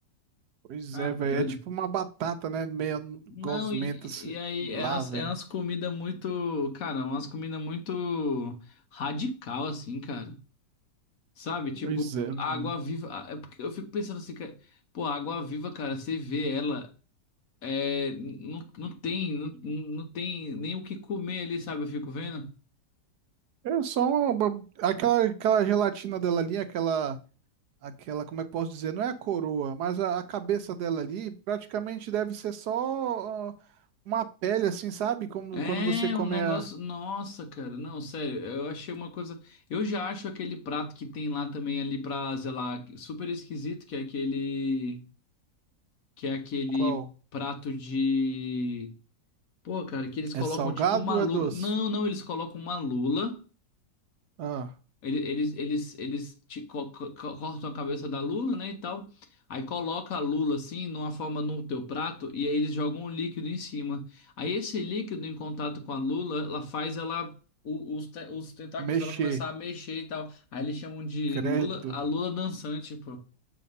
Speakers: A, on the right; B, on the left.
A: Pois
B: Ah,
A: é, velho.
B: doido.
A: É tipo uma batata, né? Meia
B: Não,
A: gosmenta,
B: e,
A: sei
B: e aí é
A: lá,
B: umas,
A: velho.
B: é umas comidas muito, cara, umas comidas muito radical, assim, cara. Sabe? Tipo,
A: Pois é, mano.
B: a água viva. a- É porque eu fico pensando assim, cara, pô, a água viva, cara, você vê ela, é, não, não tem, não, não tem nem o que comer ali, sabe? Eu fico vendo.
A: É só uma, aquela, aquela gelatina dela ali, aquela, aquela, como é que eu posso dizer? Não é a coroa, mas a, a cabeça dela ali praticamente deve ser só ah, uma pele, assim, sabe? Como
B: É,
A: quando você come
B: um negócio.
A: a,
B: Nossa, cara, não, sério, eu achei uma coisa. Eu já acho aquele prato que tem lá também ali pra, sei lá, super esquisito, que é aquele. que é aquele
A: qual?
B: prato de. Pô, cara, que eles
A: É
B: colocam
A: salgado
B: tipo uma
A: ou
B: lula.
A: é doce?
B: Não, não, eles colocam uma lula.
A: Ah,
B: Ele- Eles, eles, eles, ti- co- co- co- cortam a cabeça da lula, né, e tal. Aí coloca a lula assim, numa forma no teu prato, e aí eles jogam um líquido em cima. Aí esse líquido em contato com a lula, ela faz ela. o- Os, te- os tentáculos
A: mexer.
B: dela começar a mexer e tal. Aí eles chamam de
A: Credo.
B: lula, a lula dançante, pô.